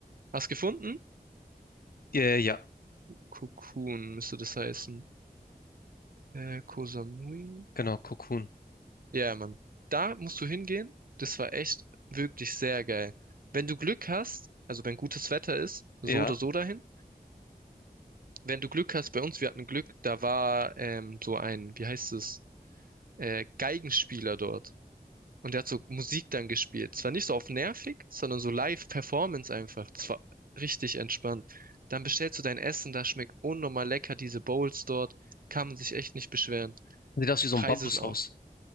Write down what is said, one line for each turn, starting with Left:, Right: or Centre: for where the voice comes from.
Right: Hast gefunden?
Left: Ja, ja, ja.
Right: Cocoon müsste das heißen. Äh, Koh Samui?
Left: genau, Cocoon.
Right: Ja, Mann. Da musst du hingehen. Das war echt wirklich sehr geil. Wenn du Glück hast, also wenn gutes Wetter ist, so
Left: Ja.
Right: oder so dahin. Wenn du Glück hast, bei uns, wir hatten Glück, da war ähm, so ein, wie heißt es, äh, Geigenspieler dort. Und der hat so Musik dann gespielt. Zwar nicht so auf nervig, sondern so Live-Performance einfach. Das war richtig entspannt. Dann bestellst du dein Essen, da schmeckt unnormal lecker, diese Bowls dort. Kann man sich echt nicht beschweren.
Left: Sieht aus wie so
Right: Preise
Left: ein Bambushaus.
Right: sind auch.